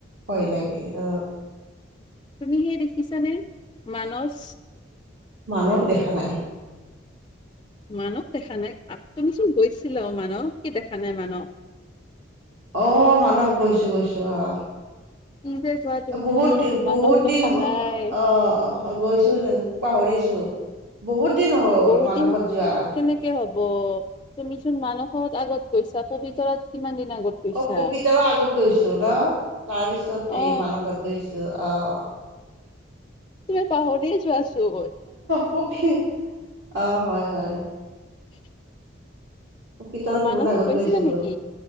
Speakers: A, on the right (about 65°); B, on the left (about 25°).
A: ভয় লাগে অ।
B: তুমি সে দেখিছানে মানস।
A: মানক দেখা নাই।
B: মানক দেখা নাই তুমিচোন গৈছিলা অ মাহক কি দেখা নাই মানক।
A: অহ মানস গৈছো গৈছো অহ।
B: কি যে কোৱা তুমি
A: বহুত দিন বহুত
B: মানস দেখা
A: দিন
B: নাই
A: অ গৈছোঁ তেন্তে। পাহৰিছো বহুত দিন হল
B: বহুত
A: মানসত
B: দিন
A: যোৱা।
B: কেনেকে হ'ব। তুমিচোন মানসত আগত গৈছা পবিতৰত কিমান। আগত গৈছা।
A: অ পবিতৰা আগত গৈছো ন তাৰ পিছত এই
B: অ
A: মানসত গৈছো। অঁ।
B: তুমি পাহৰিয়ে যোৱাচোন
A: পপি অ হয় হয়।
B: <unintelligible>
A: ভিতৰত
B: অ মানসত
A: বহুত আগত
B: গৈছিলা
A: গৈছিলো
B: নেকি